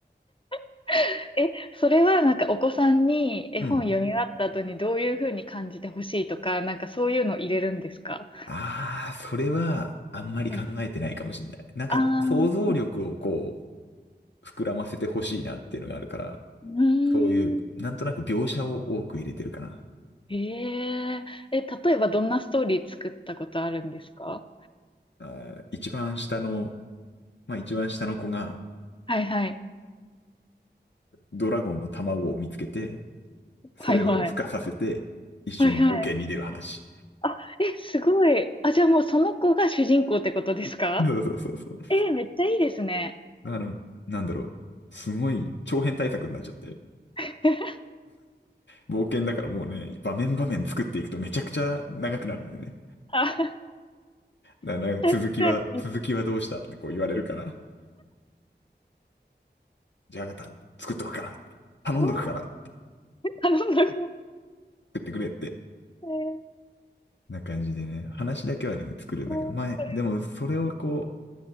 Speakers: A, on the left; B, on the left.
A: <laughs> え、それはなんかお子さんに絵本読み終わった後にどういうふうに感じてほしいとか、
B: うん。
A: なんかそういうの入れるんですか
B: ああ、それは、あんまり考えてないかもしれない。
A: はい。
B: なんか、
A: あ
B: 想像力をこ
A: ー、
B: う、膨らませてほしいなっていうのがあるから、
A: うーん。
B: そういう、なんとなく描写を多く入れてるかな。
A: えええ、例えばどんなストーリー作ったことあるんですか
B: あー一番下の、まあ一番下の子が、
A: はいはい。
B: ドラゴンの卵を見つけて、それを孵化させて、
A: はいはい。
B: 一緒に冒険に出る話。
A: はいはい。あ、え、すごい。あ、じゃあもうその子が主人公ってことですか
B: <laughs> そうそうそうそう。だ
A: えー、めっちゃいいですね。
B: から、なんだろう。すごい長編対策になっちゃって。
A: <laughs>
B: 冒険だからもうね、場面場面作っていくとめちゃくちゃ長くなるんだよね。
A: あ、
B: だから続きは、
A: 確かに。
B: 続きはどうしたってこう言われるから。じゃあまた作っとくから。頼んどくから。
A: わあ、
B: 作
A: 頼んだこ
B: ってくれって。
A: えー
B: な感じでね。話だけはね、作るんだけど。
A: そう
B: 前、でもそれをこう、